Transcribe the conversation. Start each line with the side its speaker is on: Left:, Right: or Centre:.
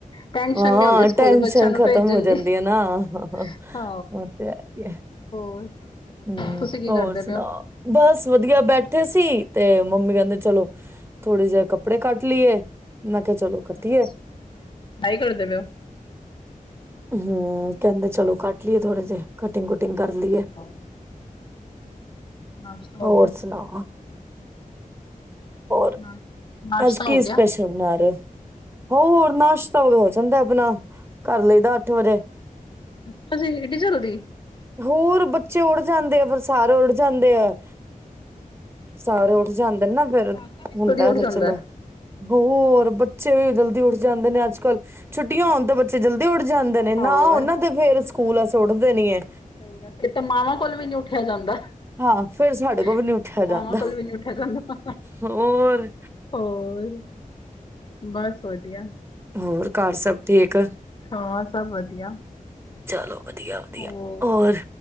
Left: ਟੈਨਸ਼ਨ
Right: ਹਾਂ
Left: ਨੀਂ ਹੁੰਦੀ ਸਕੂਲ
Right: ਟੈਨਸ਼ਨ
Left: ਬੱਚਿਆਂ ਨੂੰ
Right: ਖ਼ਤਮ
Left: ਭੇਜਣ
Right: ਹੋ
Left: ਦੀ।
Right: ਜਾਂਦੀ
Left: ਹਾਂ
Right: ਹੈ ਨਾ <inaudible>
Left: <unintelligible>
Right: ਹਂ,
Left: ਤੁਸੀਂ ਕੀ
Right: ਹੋਰ
Left: ਕਰਦੇ
Right: ਸੁਣਾਓ,
Left: ਪਏ ਹੋ?
Right: ਬਸ ਵਧੀਆ ਬੈਠੇ ਸੀ। ਤੇ ਮੰਮੀ ਕਹਿੰਦੇ ਚਲੋ ਥੋੜੇ ਜਿਹੇ ਕੱਪੜੇ ਕੱਟ ਲਈਏ, ਮੈਂ ਕਿਹਾ ਚਲੋ ਕੱਟੀਏ
Left: ਅੱਛਾ, ਬਾਈ ਕਰ ਦੇ ਪੇ ਓ।
Right: ਹਮ ਕਹਿੰਦੇ ਚਲੋ ਕੱਟ ਲਈਏ ਥੋੜੇ ਜਿਹੇ ਕਟਿੰਗ ਕੁਟਿੰਗ ਕਰ ਲਈਏ।
Left: ਹੋ? ਨਾਸ਼ਤਾ ਹੋ
Right: ਹੋਰ
Left: ਗਿਆ।
Right: ਸੁਣਾ ਰ
Left: ਨਾਸ਼ ਨਾਸ਼ਤਾ
Right: ਅੱਜ ਕੀ
Left: ਹੋ ਗਿਆ।
Right: ਸਪੈਸ਼ਲ ਬਣਾ ਰੈ ਓ। ਹੋਅਰ ਨਾਸ਼ਤਾ ਤਾਂ ਉਦ ਹੋ ਜਾਂਦਾ ਆਪਣਾ ਕਰ ਲਈਦਾ ਅੱਠ ਵਜੇ
Left: ਅੱਛਾ ਜੀ, ਇਡੀ ਜਲਦੀ।
Right: ਹੋਰ ਬੱਚੇ ਉੱਡ ਜਾਂਦੇ ਆ ਫਿਰ ਸਾਰੇ ਉੱਡ ਜਾਂਦੇ ਆ। ਸਾਰੇ ਉੱਠ ਜਾਂਦੇ ਨੇ ਨਾ ਫੇਰ
Left: ਕਾਕਾ ਵੀ ਜਲਦੀ
Right: ਹੁੰਦਾ
Left: ਉੱਠ
Right: ਫਿਰ
Left: ਜਾਂਦਾ
Right: ਚਲੋ
Left: ਹੈ।
Right: ਹੋਰ ਬੱਚੇ ਵੀ ਜਲਦੀ ਉੱਠ ਜਾਂਦੇ ਨੇ, ਅੱਜ ਕੱਲ ਛੁੱਟੀਆਂ ਹੋਣ ਤਾਂ ਬੱਚੇ ਜਲਦੀ ਉੱਠ ਜਾਂਦੇ ਨੇ ਨਾਂ
Left: ਹੋਰ
Right: ਹੁਨ ਨਾਂ ਦੇ ਫੇਰ ਸਕੂਲ ਆਸ ਉੱਠਦੇ ਨੀਂ ਐ।
Left: ਸਹੀ ਗਲ ਫਿਰ ਤੇ ਮਾਵਾਂ ਕੋਲ ਵੀ ਨੀਂ ਉੱਠਿਆ ਜਾਂਦਾ <unintelligible>
Right: ਹਾਂ ਫੇਰ ਸਾਡੇ ਕੋਲ ਵੀ ਨੀ ਉੱਠਿਆ
Left: ਮਾਵਾਂ
Right: ਜਾਂਦਾ
Left: ਕੋਲ ਵੀ ਨੀਂ ਉੱਠਿਆ ਜਾਂਦਾ
Right: ਹੋਰ
Left: ਹੋਰ, ਬਸ। ਵਧੀਆ।
Right: ਹੋਰ ਘਰ ਸਭ ਠੀਕ
Left: ਹਾਂ ਸਭ ਵਧੀਆ।
Right: ਚਲੋ ਵਧੀਆ। ਵਧੀਆ ਵਧੀਆ,
Left: ਹੋਰ
Right: ਔਰ